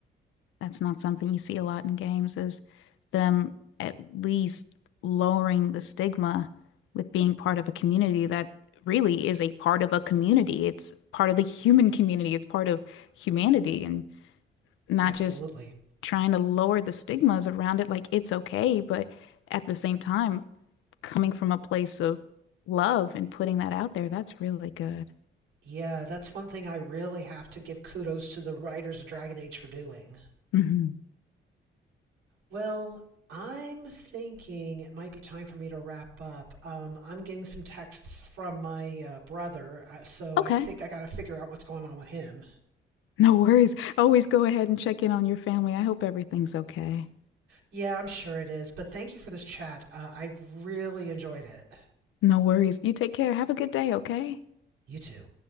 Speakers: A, on the left; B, on the right.
A: That's not something you see a lot in games is them at least lowering the stigma with being part of a community that really is a part of a community. It's part of the human community. It's part of humanity and not
B: Absolutely.
A: just trying to lower the stigmas around it like it's okay, but at the same time, coming from a place of love and putting that out there, that's really good.
B: Yeah, that's one thing I really have to give kudos to the writers of Dragon Age for doing.
A: hmm
B: Well, I'm thinking it might be time for me to wrap up. Um, I'm getting some texts from my uh, brother, uh, so
A: Okay.
B: I think I got to figure out what's going on with him.
A: No worries. Always go ahead and check in on your family. I hope everything's okay.
B: Yeah, I'm sure it is, but thank you for this chat. Uh, I really enjoyed it.
A: No worries. You take care. Have a good day, okay?
B: You too.